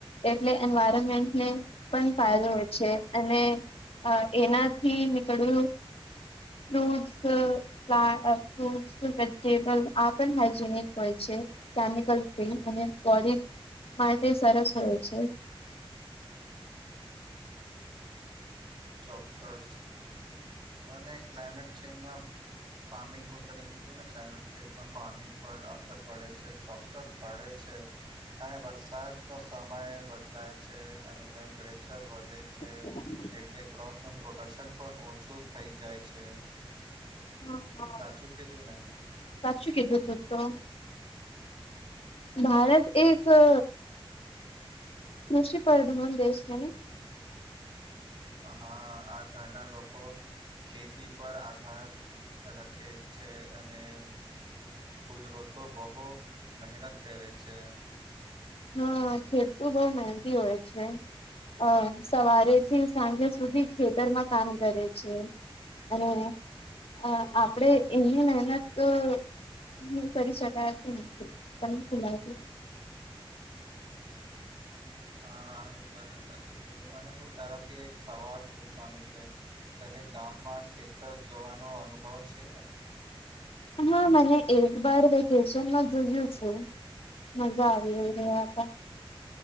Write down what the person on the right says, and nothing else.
ચોક્કસ, અને ક્લાયમેટ ચેન્જમાં. ફાર્મિંગ હું તને કીધું ને ચાઇનલ પેજ માં ફાર્મિંગ પર અસર પડે છે, ચોક્કસ પડે છે. અને વરસાદ નો સમય બદલાય છે અને ટેમપ્રેચર વધે
છે. એટલે ક્રોપ નું પ્રોડક્શન પણ ઓછું થઈ જાય છે.
સાચું કીધું ને?
હા આ ઘરડા લોકો ખેતી પર આધાર રખે છે, અને કુદરતો તો બહુ મહેનત કરે છે.
હા, આ તો તને સાચું કીધું અને હું તારાથી એક સવાલ પૂછવાનું છે. તને ગામમાં ખેતર જોવાનો અનુભવ છે?